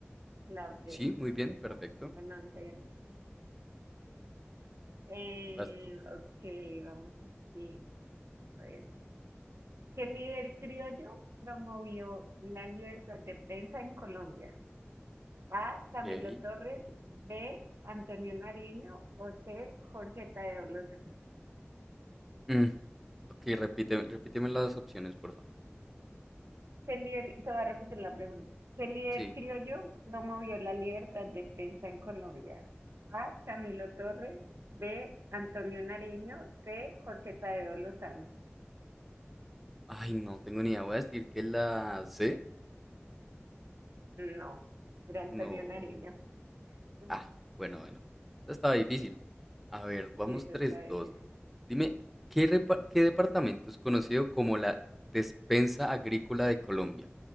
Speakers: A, on the right (about 75°); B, in the centre.
A: La B,
B: sí, muy
A: creo
B: bien,
A: que era.
B: perfecto.
A: La noventa y uno sí. Eh,
B: Vas tú.
A: ok, vamos a decir. A ver. ¿Qué líder criollo promovió la libertad de prensa en Colombia? A. Camilo
B: Ok.
A: Torres. B. Antonio Nariño. O C. Jorge Tadeo Lozano.
B: Mm, ok, repite, repíteme las opciones, por favor.
A: ¿Qué líder, te voy a repetir la pregunta. ¿Qué líder
B: Sí.
A: criollo promovió la libertad de prensa en Colombia? A. Camilo Torres. B. Antonio Nariño. C. Jorge Tadeo Lozano.
B: Ay, no tengo ni idea. Voy a decir que la C.
A: No, era Antonio
B: No.
A: Nariño. <laughs>
B: Ah, bueno, bueno. Esta estaba difícil. A ver, vamos
A: Sí, eso
B: tres
A: está difícil.
B: dos Dime, ¿qué, repa- ¿qué departamento es conocido como la despensa agrícola de Colombia?